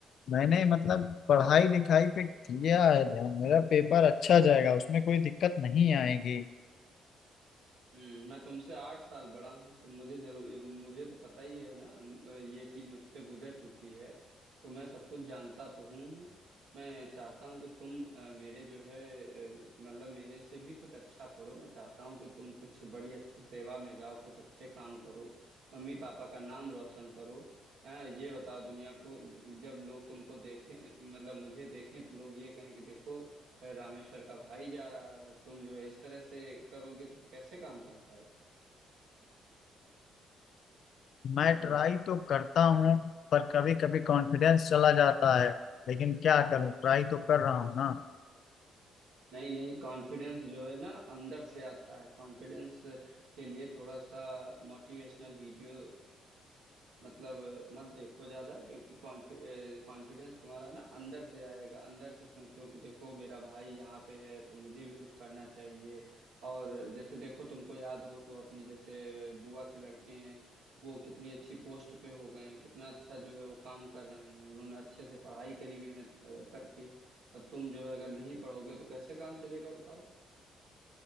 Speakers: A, on the left; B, on the right.
A: मैंने मतलब पढ़ाई लिखाई पे किया है ध्यान मेरा पेपर अच्छा जाएगा उसमें कोई दिक्कत नहीं आएगी
B: हम्म, मैं तुमसे आठ साल बड़ा हूँ तो मुझे जरूर मुझे तो पता ही है ना म- ये चीज मुझ पे गुजर चुकी है तो मैं सब कुछ जानता तो हूँ ही। मैं चाहता हूँ कि तुम अ, मेरे जो है अ, मतलब मेरे से भी कुछ अच्छा करो मैं चाहता हूँ कि तुम कुछ बड़ी अच्छी सेवा में जाओ कुछ अच्छे काम करो मम्मी पापा का नाम रोशन करो अ, ये बताओ दुनिया को जब लोग तुमको देखें मतलब मुझे देखें तो लोग ये कहें कि देखो है रामेश्वर का भाई जा रहा है और तुम जो है इस तरह से करोगे तो कैसे काम चल पाएगा
A: मैं
B: बिल्कुल
A: ट्राई तो करता हूँ पर कभी कभी कॉन्फिडेंस चला जाता है लेकिन क्या करूँ ट्राई तो कर रहा हूँ ना
B: नहीं नहीं कॉन्फिडेंस जो है ना अंदर से आता है कॉन्फिडेंस के लिए थोड़ा सा मोटिवेशनल वीडियो मतलब मत देखो ज्यादा क्योंकि कॉन्फिडेंस तुम्हारा ना अंदर से आएगा अंदर से सोचो कि देखो मेरा भाई यहाँ पे है तो मुझे भी कुछ करना चाहिए और जैसे देखो तुमको याद हो तो अपनी जैसे बुआ के लड़के हैं वो कितनी अच्छी पोस्ट पे हो गए हैं कितना अच्छा जो है वो काम कर रहे हैं उन्होंने अच्छे से पढ़ाई करी मेहनत अ, करके और तुम जो है अगर नहीं पढ़ोगे तो कैसे काम चलेगा बताओ